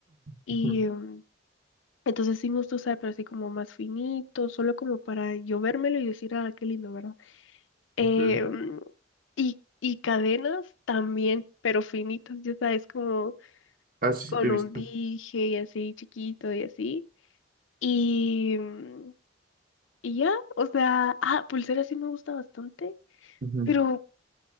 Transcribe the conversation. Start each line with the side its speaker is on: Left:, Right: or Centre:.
Left: y
Right: Ujú,
Left: mm, entonces sí me gusta usar, pero así como más finito, solo como para yo vérmelo y decir, ah, qué lindo, ¿verdad? Eh,
Right: ok.
Left: mm, y, y cadenas también, pero finitas, ya sabes, como...
Right: Ah, sí,
Left: con
Right: sí te he visto.
Left: un dije y así chiquito y así. Y, mm, y ya, o sea, ah, pulsera sí me gusta bastante,
Right: Ujú,
Left: pero